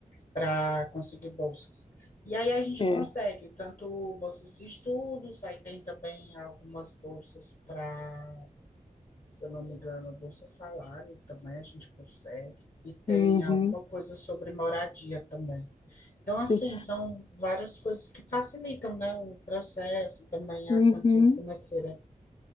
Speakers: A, on the left (about 55°); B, on the left (about 35°).
A: para conseguir bolsas. E aí a gente
B: É.
A: consegue tanto bolsas de estudos, aí tem também algumas bolsas para, se eu não me engano, bolsa salário também a gente consegue. E tem
B: Uhum,
A: alguma coisa sobre moradia também. Então,
B: sim.
A: assim, são várias coisas que facilitam, né, o processo e também
B: Uhum.
A: a condição financeira